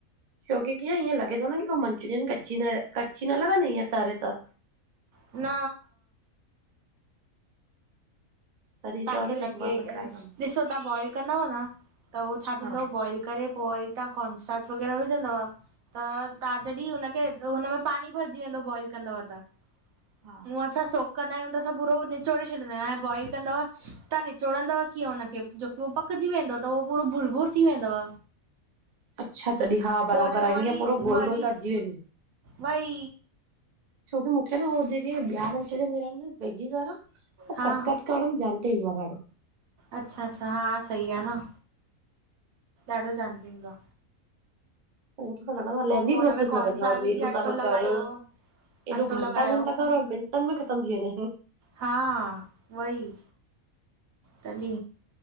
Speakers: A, on the right; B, on the right.
A: छोकी कीअ इअं लॻे थो न कि हू मनचूरीयन कची न, कची न लॻंदी हिय तारे त
B: न
A: तॾहिं
B: तां
A: चवां
B: खे
A: थी न
B: लॻे,
A: हिकु बार मां ट्राए कंदमि
B: ॾिसो तां बॉइल कंदव न त उह छा
A: हा
B: थींदो बॉइल करे पो वरी तां कॉनसाद वग़ैरह विझंदव त तां जॾी हुनखे हुन में पाणी भरजी वेंदो बॉइल कंदव त
A: हा
B: हूअं असां सोक कंदा आहियूं त असां पूरो निचोड़े छॾीदा आहियूं अऐं बॉइल कंदव तां निचोड़ंदव कीअं हुनखे जोकी उहो पकजी वेंदो त उहो पूरो बुर बुर थी वेंदव
A: अच्छा तॾी, हा
B: पोइ
A: बराबर
B: हुनखे
A: आ
B: वरी
A: हीअं पूरो गोल
B: वरी
A: गोल तरजी वेंदो
B: वई
A: छोकी मूंखे न हो जेके ॿिया मंचुरियन थींदा आहिन वेजिस वारा हो
B: हा
A: कटकट करण में जल्दी ईंदो आ ॾाॾो
B: अच्छा अच्छा हा सही आ न, ॾाडो जल्दी ईंदो आ
A: उहो त लॻंदो आ लेंदी
B: पोइ
A: प्रोसेस
B: हुन में कॉर्नफ्लावर
A: लॻंदी आ, उनमे
B: विझी
A: एॾो
B: अटो
A: सारो
B: लॻायो
A: कर
B: अटो
A: एॾो
B: लॻायो
A: घंटा घंटा कर और मिंटन में ख़तम थी वेंदा आहिन
B: हा वई तॾी